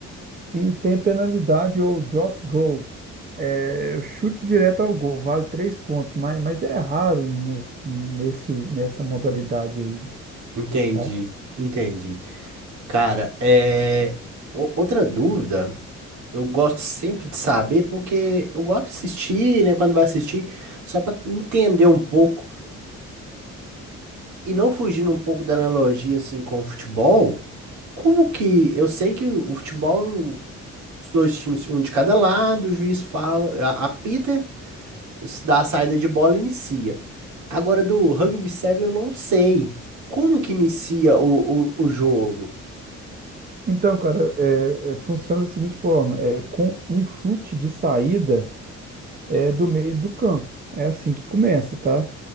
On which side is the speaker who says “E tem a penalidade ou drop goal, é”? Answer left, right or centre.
Right